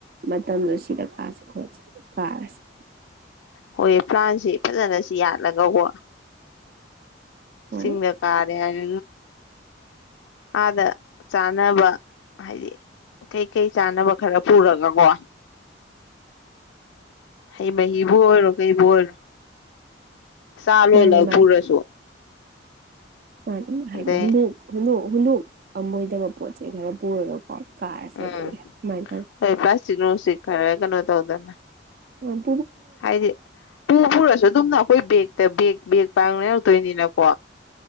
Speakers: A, on the right (about 50°); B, on the left (about 80°).
A: ꯃꯇꯝꯗꯣ ꯁꯤꯗ ꯀꯥꯁꯤ ꯈꯣꯠꯁꯤ ꯀꯥꯔꯁꯤ
B: ꯍꯣꯏ ꯄ꯭ꯂꯥꯟꯁꯦ ꯐꯖꯅ ꯁꯤ ꯌꯥꯠꯂꯒꯀꯣ ꯁꯤꯁꯤꯡꯒ
A: ꯍꯣꯏ
B: ꯀꯥꯔ ꯑꯩ ꯍꯥꯏ ꯑꯥꯗ ꯆꯥꯅꯕ ꯍꯥꯏꯗꯤ ꯀꯩꯀꯩ ꯆꯥꯅꯕ ꯈꯔ ꯄꯨꯔꯒꯀꯣ ꯍꯩ ꯃꯍꯕꯨ ꯑꯣꯏꯔꯣ ꯀꯨ ꯑꯣꯏꯔꯣ ꯆꯥ ꯂꯣꯜꯂꯒ
A: ꯃꯥꯅꯤ ꯃꯥꯅꯤ
B: ꯄꯨꯔꯁꯨ
A: ꯃꯥꯅꯤ ꯃꯥ ꯍꯥꯏ
B: ꯑꯗꯩ
A: ꯍ ꯍ ꯍ ꯑꯃꯝꯃꯣꯏꯗꯕ ꯄꯣꯠ ꯆꯩꯩ ꯈꯔ ꯄꯨꯔꯒꯀꯣ ꯀꯥꯔꯁꯦ
B: ꯎꯝ
A: ꯑꯗꯨꯗꯤ ꯑꯗꯨꯃꯥꯏꯅ
B: ꯍꯣꯏ ꯄ꯭ꯂꯥꯁꯤ ꯁꯤꯔꯒꯅ ꯇꯧꯗꯅ
A: ꯎꯝ
B: ꯍꯥꯏꯗꯤ ꯄꯨ ꯄꯨꯔꯁꯨ ꯑꯗꯨꯝꯅ ꯑꯩꯈꯣꯏ ꯕꯦꯛꯇ ꯕꯦꯒ ꯕꯦꯒ ꯇꯥꯡꯅꯔꯛꯇꯣꯏꯅꯤꯅꯀꯣ